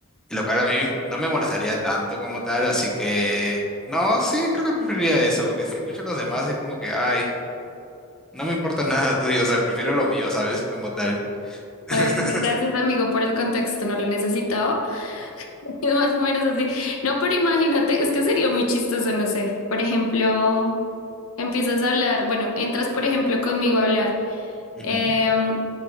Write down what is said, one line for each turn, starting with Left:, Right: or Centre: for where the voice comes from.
Centre: y lo cual a mí no me molestaría tanto como tal, así que no, sí, creo que preferiría eso, porque si escucho a los demás es como que, ay, no me importa <laughs> nada, tú, digo, o sea, prefiero lo mío, ¿sabes? Como tal. <laughs>
Left: Eh, gracias, amigo, por el contexto, no lo necesitaba. <laughs> Es más o menos así. No, pero imagínate, es que sería muy chistoso, no sé. Por ejemplo, empiezas a hablar, bueno, entras, por ejemplo, conmigo a hablar.
Centre: Ujú.
Left: Em,